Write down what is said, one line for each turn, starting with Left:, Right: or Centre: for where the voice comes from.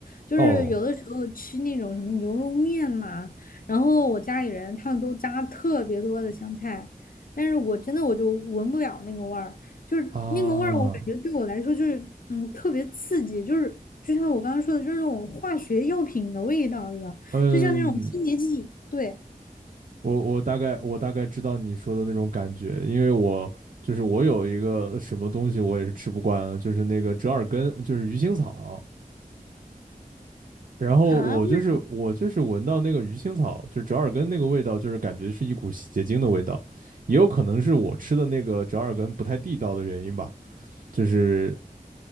Left: 就是有的时候吃那种什么牛肉面嘛，
Right: <laughs> 哦
Left: 然后我家里人他们都加特别多的香菜，但是我真的我就闻不了那个味儿，就是那个味儿，
Right: 啊
Left: 我感觉对我来说就是嗯特别刺激，就是就像我刚刚说的，就是那种化学药品的味道一样，
Right: 嗯。
Left: 就像那种清洁剂。对。
Right: 我我大概我大概知道你说的那种感觉，因为我就是我有一个什么东西我也是吃不惯啊，就是那个折耳根，就是鱼腥草。然后我就是我就是闻到那个鱼腥草，
Left: 啊。
Right: 就折耳根那个味道，就是感觉是一股洗洁精的味道，也有可能是我吃的那个折耳根不太地道的原因吧，就是